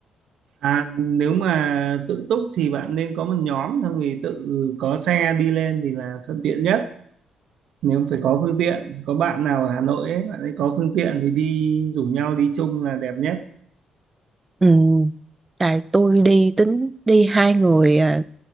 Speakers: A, on the right (about 75°); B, on the right (about 20°).
A: à, nếu mà tự túc thì bạn nên có một nhóm xong thì tự có xe đi lên thì là thuận tiện nhất nếu phải có phương tiện có bạn nào ở Hà Nội ấy bạn ấy có phương tiện thì đi rủ nhau đi chung là đẹp nhất
B: ừ tại tôi đi tính đi hai người à,